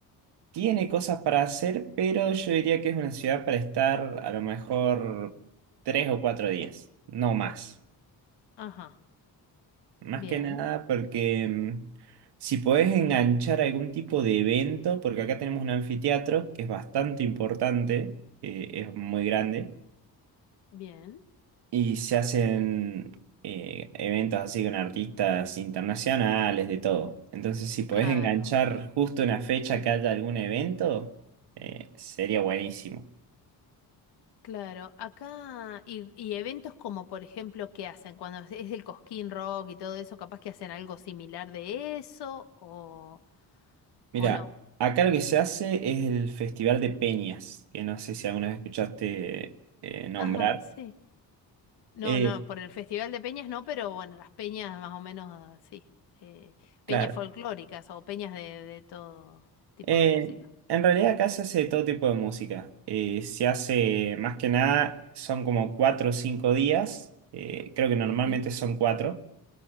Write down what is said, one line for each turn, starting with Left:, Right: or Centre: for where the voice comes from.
Right: tiene cosas para hacer, pero yo diría que es una ciudad para estar a lo mejor tres o cuatro días, no más.
Left: Ajá,
Right: Más
Left: bien,
Right: que nada porque mm, si podés enganchar algún tipo de evento, porque acá tenemos un anfiteatro que es bastante importante, eh, es muy grande,
Left: bien,
Right: y se hacen eh, eventos así con artistas internacionales, de todo. Entonces, si podés
Left: claro.
Right: enganchar justo una fecha que haya algún evento, eh, sería buenísimo.
Left: Claro, acá y, y eventos como por ejemplo, ¿qué hacen? Cuando es es el Cosquín Rock y todo eso, capaz que hacen algo similar de eso o,
Right: Mira,
Left: o no.
Right: acá lo que se hace es el Festival de Peñas, que no sé si alguna vez escuchaste eh, nombrar.
Left: Ajá, sí. No,
Right: Eh,
Left: no, por el Festival de Peñas no, pero bueno, las peñas más o menos ah, sí. eh, peñas
Right: claro.
Left: folclóricas o peñas de, de todo tipo
Right: Eh,
Left: de música.
Right: en realidad acá se hace todo tipo de música. Eh, se hace más que nada, son como cuatro o cinco días. eh, creo que normalmente
Left: Ujú.
Right: son cuatro.